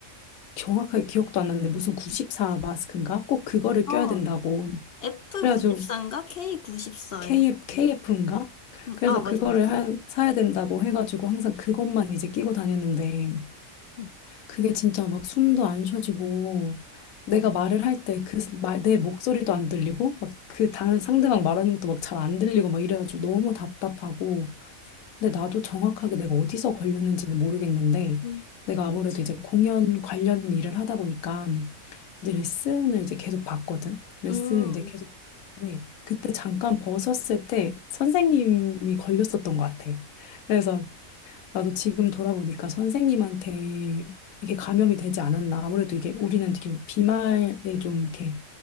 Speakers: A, on the left; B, on the left.
A: 정확하게 기억도 안 나는데 무슨 94 마스크인가? 꼭 그거를
B: 어,
A: 껴야 된다고.
B: F94인가?
A: 그래가지고
B: K94,
A: KF,
B: 이렇게. 해가지고.
A: KF인가?
B: 응,
A: 그래서
B: 아, 맞아,
A: 그거를
B: 맞아.
A: 하, 사야 된다고 해가지고 항상 그것만 이제 끼고 다녔는데
B: 응.
A: 그게 진짜 막 숨도 안 쉬어지고 내가 말을 할 때 그 말 내 목소리도 안 들리고 막 그 다른 상대방 말하는 것도 막 잘 안 들리고 막 이래가지고 너무 답답하고 근데 나도 정확하게 내가 어디서 걸렸는지는 모르겠는데
B: 응.
A: 내가
B: 그치.
A: 아무래도 이제 공연 관련 일을 하다 보니까 이제 레슨을 이제 계속 받거든 레슨을
B: 음.
A: 이제 계속 네 그때 잠깐 벗었을 때 선생님이 걸렸었던 것 같아 그래서 나도 지금 돌아보니까 선생님한테 이게 감염이 되지 않았나. 아무래도 이게 우리는 되게 비말에 좀 이렇게,